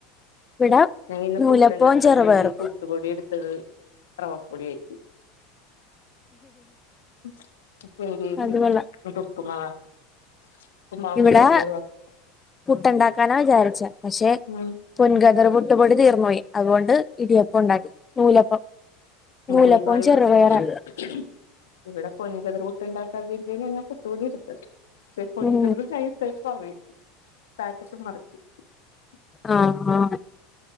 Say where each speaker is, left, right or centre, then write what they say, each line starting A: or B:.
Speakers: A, on the left (about 20°); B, on the left (about 85°).
A: ഇവിടെ
B: ഞങ്ങിന്ന്
A: നൂലപ്പവും
B: പുട്ട്ണ്ടാക്കാൻ
A: ചെറുപയറും
B: വേണ്ടി പുട്ട്പൊടി എടുത്തത് റവപ്പൊടി ആയി <unintelligible>
A: അത് കൊള്ളാം
B: ഉപ്പുമാവും
A: ഇവിടെ
B: ചെറുപയറും ആക്കി
A: പുട്ടുണ്ടാക്കാനാ വിചാരിച്ചേ പക്ഷെ
B: ഉം
A: പൊൻകതിർ പൊ പൊടി തീർന്നപോയി അതുകൊണ്ട് ഇടിയപ്പം ഉണ്ടാക്കി നൂലപ്പം
B: <unintelligible>
A: നൂലപ്പവും ചെറുപയറാ
B: <unintelligible>
A: ഉം
B: <unintelligible>
A: ആഹ ആഹ